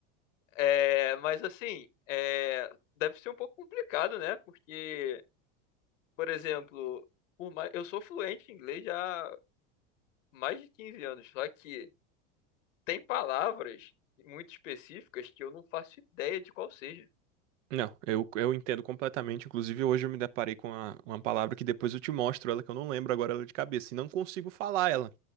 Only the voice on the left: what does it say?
É, mas assim, é, deve ser um pouco complicado, né? Porque, por exemplo, por mais, eu sou fluente em inglês já há mais de 15 anos, só que tem palavras muito específicas que eu não faço ideia de qual seja.